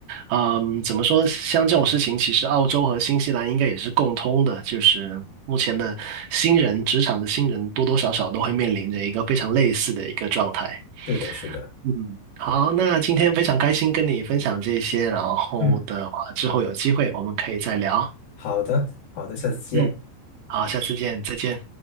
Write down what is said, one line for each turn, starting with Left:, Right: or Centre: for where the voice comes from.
Right: 嗯，怎么说，像这种事情，其实澳洲和新西兰应该也是共通的，就是目前的新人，职场的新人多多少少都会面临着一个非常类似的一个状态。
Left: 是的，是的，
Right: 嗯，好，那今天非常开心跟你分享这些，然后的话，
Left: 嗯，
Right: 之后有机会我们可以再聊。
Left: 好的，好的，下次见。
Right: 嗯，好，下次见，再见。